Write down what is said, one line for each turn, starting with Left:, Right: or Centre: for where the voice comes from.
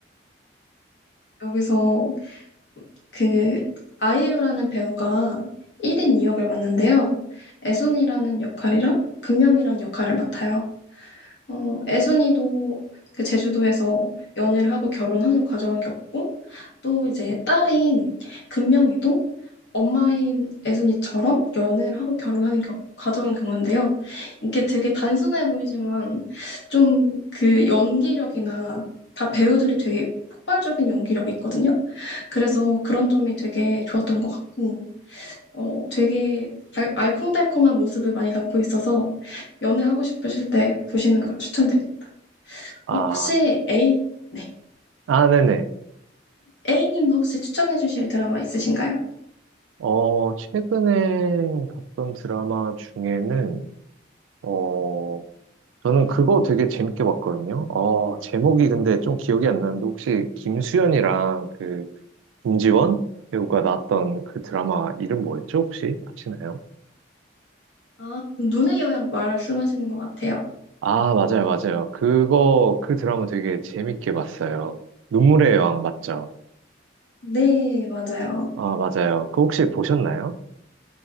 Left: 여기서 그 아이유라는 배우가 1인 2역을 맡는데요. 애순이라는 역할이랑 금명이라는 역할을 맡아요. 어, 애순이도 그 제주도에서 연애를 하고 결혼하는 과정을 겪고 또 이제 딸인 금명이도 엄마인 애순이처럼 연애를 하고 결혼하는 겨- 과정을 겪는데요. 이게 되게 단순해 보이지만 좀 그 연기력이나 다 배우들이 되게 폭발적인 연기력이 있거든요. 그래서 그런 점이 되게 좋았던 것 같고 어, 되게 알, 알콩달콩한 모습을 많이 담고 있어서 연애하고 싶으실 때 보시는 걸 추천드립니다.
Right: 아,
Left: 어, 혹시 A, 네.
Right: 아, 네네.
Left: A님도 혹시 추천해 주실 드라마 있으신가요?
Right: 어, 최근에 봤던 드라마 중에는 어, 저는 그거 되게 재밌게 봤거든요. 어, 제목이 근데 좀 기억이 안 나는데 혹시 김수현이랑 그 김지원 배우가 나왔던 그 드라마 이름 뭐였죠? 혹시 아시나요?
Left: 아, 눈의 여행 말씀하시는 것 같아요.
Right: 아, 맞아요, 맞아요. 그거, 그 드라마 되게 재밌게 봤어요. 눈물의 여왕 맞죠?
Left: 네, 맞아요.
Right: 아, 맞아요. 그 혹시 보셨나요?